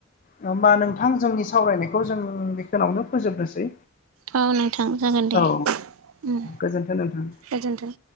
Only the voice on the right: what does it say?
औ नोंथां जागोन दे
उम
गोजोन्थों